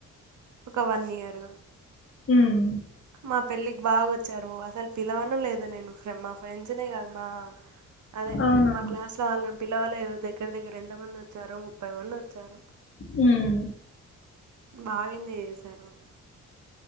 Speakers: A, on the right (about 50°); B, on the left (about 35°).
A: ఒక వన్ ఇయర్
B: హ్మ్
A: మా పెళ్ళికి బాగొచ్చారు అసల్ పిలవను లేదు నేను మా ఫ్రెండ్స్నే కాదు మా అదే
B: అవునా
A: మా క్లాస్‌లో వాళ్ళు పిలవలేదు దగ్గర దగ్గర ఎంత మంది వచ్చారు ముప్పై మంది వచ్చారు
B: హ్మ్
A: బాగ ఎంజాయ్ చేసారు